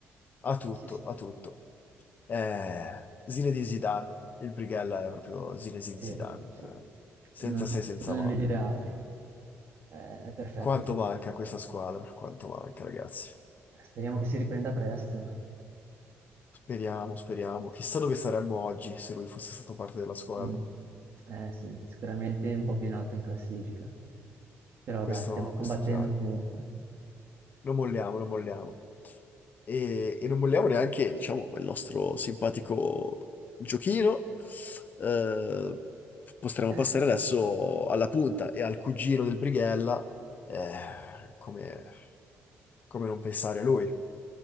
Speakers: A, on the left (about 40°); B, on the right (about 55°).
A: ha tutto,
B: Sì, sì,
A: ha tutto. Eh, Zinedine Zidane, il Brighella è proprio Zinedine
B: sì,
A: Zidane,
B: sì.
A: eh, senza
B: Non
A: se,
B: non
A: senza ma.
B: bisogna di dire altro. Eh, È perfetto.
A: Quanto manca a questa squadra, quanto manca, ragazzi.
B: Speriamo che si riprenda presto.
A: Speriamo, speriamo. Chissà dove saremmo oggi se lui fosse stato parte della squadra.
B: Mm. Eh, sì, sicuramente un po' più in alto in classifica. Però
A: Questo,
B: dai, stiamo combattendo
A: questo è chiaro.
B: comunque.
A: Non molliamo, non molliamo. E, e non molliamo neanche, diciamo, il nostro simpatico giochino. Eh, potremmo
B: Eh,
A: passare adesso alla punta e al cugino del Brighella. eh, come, come non pensare a lui,